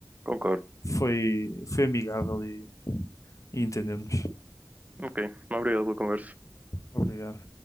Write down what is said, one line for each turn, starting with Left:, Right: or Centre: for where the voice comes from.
Right: Concordo.
Left: foi, foi amigável e, e entendemos.
Right: Ok, obrigado pela conversa.
Left: Obrigado.